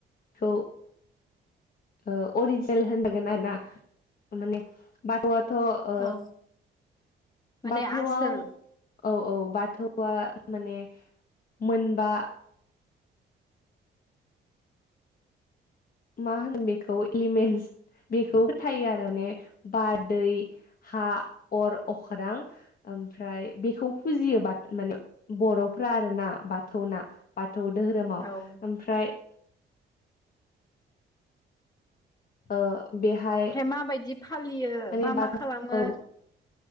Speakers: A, on the left; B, on the left.
A: खौ। ओ अरिजिनल होनदोगोन आरो ना माने बात'आत। थ' ओ
B: औ माने
A: बाथौआव
B: आसोल
A: औ औ। बाथौआ माने मोनबा। मा होनो बेखौ एलिमेन्टस। बेखौबो फोथायो आरो माने बार दैै हा अर अख्रां। ओमफ्राय बेखौ फुजियो बाथ माने बर'फ्रा आरोना बाथौना बाद। बाथौ दोहोरोमाव
B: औ
A: ओमफ्राय ओ बेहाय
B: ओमफ्राय माबायदि फालियो
A: माने
B: मा
A: बाथौ
B: मा खालामो
A: औ